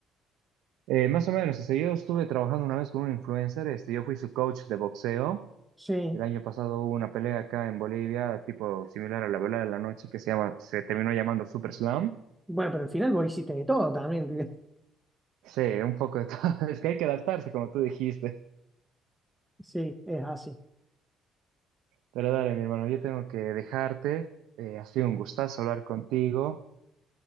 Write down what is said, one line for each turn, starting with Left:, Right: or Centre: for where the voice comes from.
Right: Eh, más o menos, o sea, yo estuve trabajando una vez con un influencer, este, yo fui su coach de boxeo.
Centre: Sí.
Right: El año pasado hubo una pelea acá en Bolivia, tipo similar a la pelea de la noche, que se llama, se terminó llamando Super Slam.
Centre: Bueno, pero al final vos hiciste de todo también. que-
Right: Sí, un poco de todo. <laughs> Es que hay que adaptarse, como tú dijiste.
Centre: <laughs> sí, es así.
Right: Pero dale, mi hermano, yo tengo que dejarte. Eh, ha sido un gustazo hablar contigo.